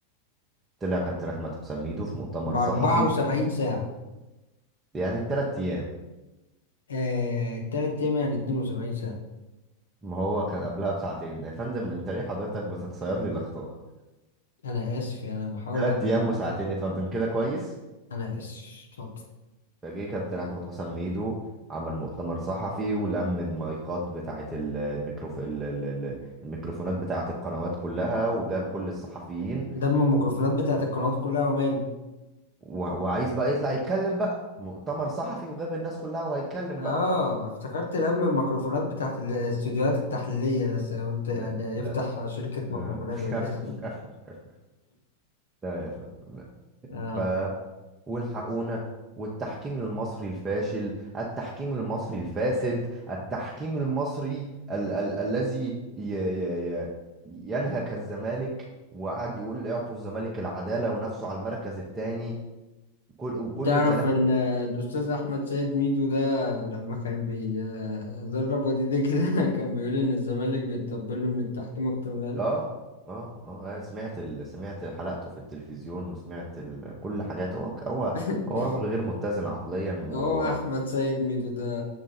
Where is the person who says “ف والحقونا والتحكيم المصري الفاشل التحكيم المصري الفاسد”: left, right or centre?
Right